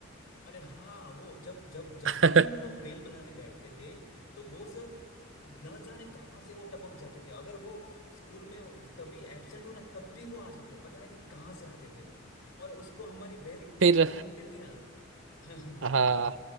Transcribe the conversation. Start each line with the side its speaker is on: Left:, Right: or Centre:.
Left: अरे हाँ वो जब जब जब
Right: <laughs>
Left: भी हम लोग बेल बनाने बैठते थे तो वो सर न जाने कहाँ से वो टपक जाते थे अगर वो स्कूल में वो- तभी एब्सेंट हो ना तब भी वो आ जाते थे पता है नहीं कहाँ से आते थे वो और उसको हमारी बेल इतनी
Right: फिर
Left: अच्छी लगती थी ना <laughs> कि
Right: हाँ